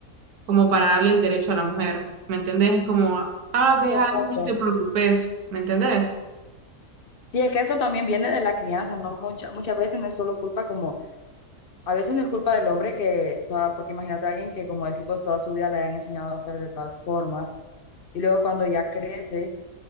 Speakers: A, on the right; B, on the left.
A: como para darle el derecho a la mujer, ¿me entendés? Es como, ah, deja,
B: sí, exacto.
A: no te preocupes, ¿me entendés?
B: Sí, es que eso también viene de la crianza, ¿no? Muchas, muchas veces no es solo culpa como, a veces no es culpa del hombre que, toda, porque imagínate a alguien que, como decir pues toda su vida le han enseñado a hacer de tal forma, y luego cuando ya crece,